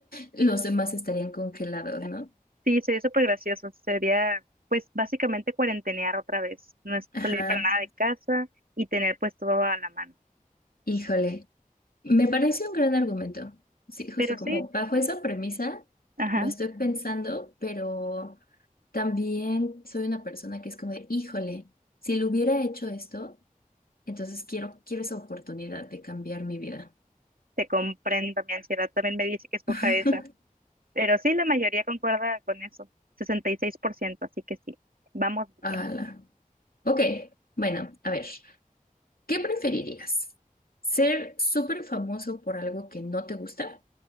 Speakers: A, on the left; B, on the right.
A: Los demás estarían congelados, ¿no?
B: Sí, sería súper gracioso, sería pues básicamente cuarentenear otra vez, no
A: Ajá.
B: salir para nada de casa y tener pues todo a la mano.
A: Híjole. Me parece un gran argumento. Sí, justo
B: Pero
A: como
B: sí,
A: bajo esa premisa
B: ajá,
A: lo estoy pensando, pero también soy una persona que es como de, híjole, si lo hubiera hecho esto, entonces quiero, quiero esa oportunidad de cambiar mi vida.
B: te comprendo, mi ansiedad también me dice que escoja
A: <laughs>
B: esa, pero sí, la mayoría concuerda con eso, sesenta y seis por ciento así que sí, vamos
A: Ala.
B: bien.
A: Ok, bueno, a ver. ¿Qué preferirías? ¿Ser súper famoso por algo que no te gusta?